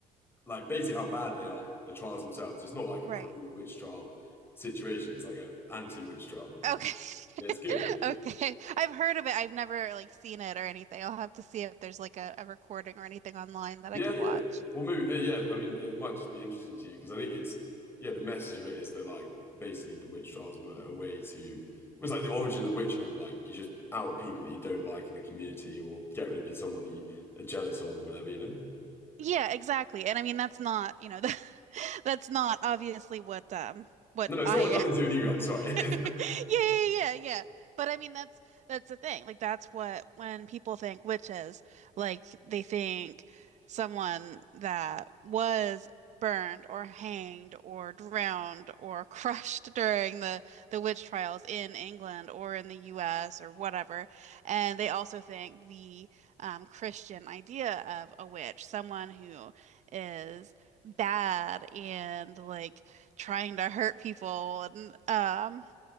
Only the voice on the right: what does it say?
Right.
Okay. <laughs>
Okay. I've heard of it. I've never like seen it or anything. I'll have to see if there's like a, a recording or anything online that
I could
watch.
Yeah, exactly. And I mean that's not, you know, <laughs> that's not obviously what um what
I
<laughs> Yeah,
yeah, yeah, yeah. But I mean, that's that's the thing. Like, that's what when people think witches, like they think someone that was burned or hanged or drowned or <laughs> crushed during the the witch trials in England or in the U.S. or whatever. And they also think the um, Christian idea of a witch, someone who is bad and like trying to hurt people and um